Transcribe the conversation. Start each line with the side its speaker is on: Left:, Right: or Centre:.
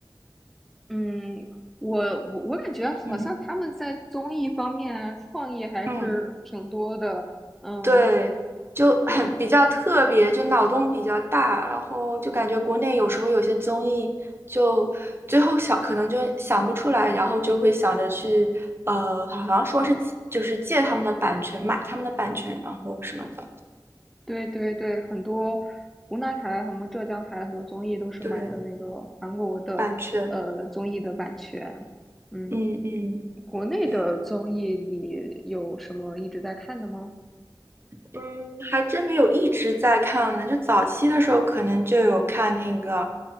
Centre: 嗯，我我我感觉好像他们在综艺方面啊，
Right: 嗯
Centre: 创意还是挺多的。
Right: 嗯。
Centre: 嗯，
Right: 对，就很比较特别，
Centre: 对
Right: 就脑洞比较大，然后就感觉国内有时候有些综艺就最后想可能就想不出来，然后就会想着去呃，好像说是借就是借他们的版权，买他们的版权，然后什么的。
Centre: 对对对，很多湖南台、什么浙江台很多综艺都是买的那个韩国的呃综艺的版权。
Right: 对，版权，
Centre: 嗯，
Right: 嗯嗯，
Centre: 国内的综艺你有什么一直在看的吗？
Right: 对。嗯，还真没有一直在看呢。就早期的时候，可能就有看那个